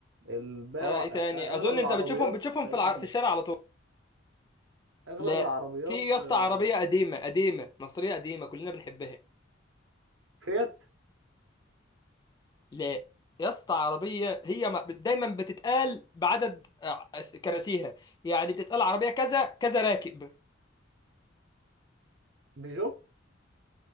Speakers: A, on the right; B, on the left.
A: الباقي
B: ها
A: الع...
B: إيه تاني
A: اغلب
B: أظن
A: العربيات
B: أنت بتشوفهم بتشوفهم
A: المانيا
B: في الع... في الشارع على طول
A: اغلب
B: لا
A: العربيات
B: في يا اسطى
A: آه،
B: عربية قديمة قديمة مصرية قديمة كلنا بنحبها
A: فيات
B: لا يا اسطى عربية هي ما- دايما بتتقال بعدد آه، كراسيها يعني بتتقال عربية كذا كذا راكب
A: بيجو